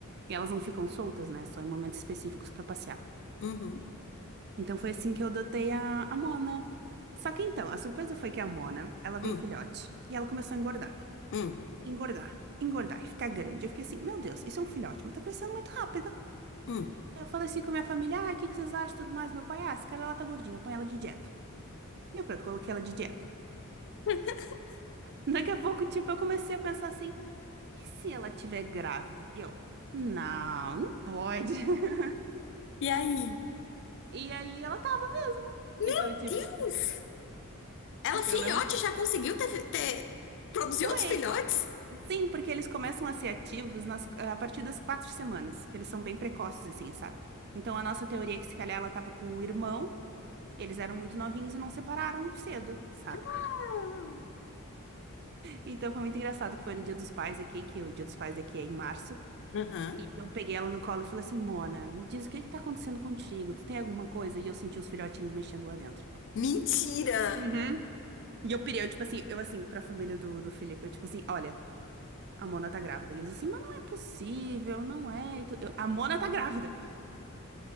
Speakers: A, on the right; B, on the left.
A: E elas não ficam soltas, né? Só em momentos específicos pra passear.
B: Uhum.
A: Então foi assim que eu adotei a, a Mona. Só que então, a surpresa foi que a Mona, ela veio
B: Hum.
A: filhote e ela começou a engordar.
B: Hum.
A: engordar, engordar e ficar grande. Eu fiquei assim, meu Deus, isso é um filhote, mas tá crescendo muito rápido.
B: Hum.
A: Aí Eu falei assim com minha família, ai, o que que vocês acham e tudo mais? Meu pai, ah, essa cara ela tá gordinha, põe ela de dieta. E eu pronto, coloquei ela de dieta.
B: <laughs>
A: Daqui a pouco, tipo, eu comecei a pensar assim, e se ela tiver grávida? E eu, não, não pode. <laughs>
B: E aí?
A: E aí ela tava.
B: Meu
A: Então, tipo,
B: Deus! Ela filhote
A: eu lembro,
B: já conseguiu ter, ter- produzir
A: pois.
B: outros filhotes?
A: Sim, porque eles começam a ser ativos nas- a partir das quatro semanas, que eles são bem precoces, assim, sabe? Então, a nossa teoria é que se calhar ela tava com um irmão, E eles eram muito novinhos e não separaram cedo, sabe?
B: Ah.
A: Então foi muito engraçado que foi no Dia dos Pais aqui, que o Dia dos Pais daqui é em março.
B: Aham.
A: E eu peguei ela no colo e falei assim, Mona, me diz o que é que tá acontecendo contigo? Tu tem alguma coisa? E eu senti os filhotinhos mexendo lá dentro.
B: Mentira!
A: Uhum. E eu pirei, eu tipo assim, eu assim, pra família do, do Felipe, eu tipo assim, olha, a Mona tá grávida. E eles assim, mas não é possível, não é. E tu- eu, a Mona tá grávida.